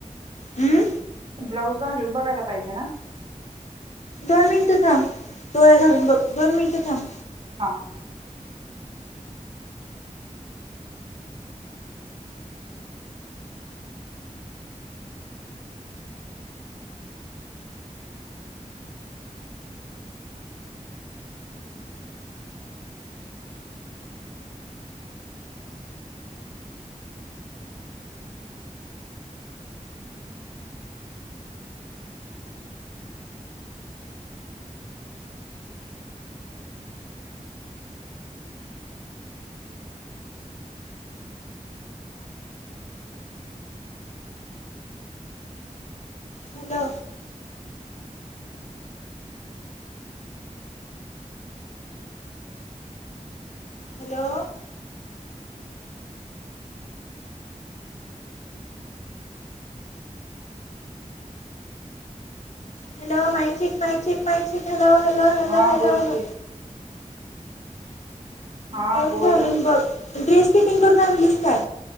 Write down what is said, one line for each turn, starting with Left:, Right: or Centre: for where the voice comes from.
Left: हम्म
Right: ब्लाऊज घालून बघायला पाहिजे ना.
Left: दोन मिनटं थांब, होय घालून बघ, दोन मिनटं थांब.
Right: हा.
Left: Hello. Hello. Hello mic check mic check mic check hello hello hello
Right: हा
Left: हॅलो
Right: बोल
Left: हॅलो.
Right: की हा
Left: ब्लाऊज
Right: बोल
Left: घालून बघ, ड्रेस फिटिंग करून आणलीस काय?